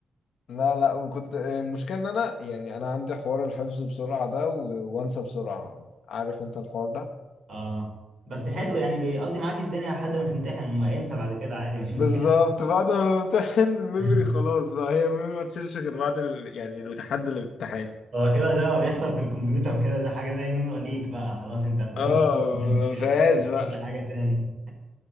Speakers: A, on the left; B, on the right.
A: لا لا وكنت المشكلة ان انا يعني انا عندي حوار الحفظ بسرعة ده و- وانسى بسرعة عارف انت الحوار ده
B: اه بس حلو يعني بيقضي معاك الدنيا لحد ما تمتحن وما انسى بعد كده عادي مش
A: بالظبط
B: مشكلة
A: بعد ما بمتحن ميموري
B: <laughs>
A: خلاص بقى هي ميموري ما تشيلش غير بعد ال... يعني لحد الامتحان
B: هو كده زي ما بيحصل في الكمبيوتر كده زي حاجة زي نور ليك بقى خلاص انت بتعوز
A: اه
B: <laughs>
A: ما
B: تعمل
A: فيهاش بقى
B: حاجة تاني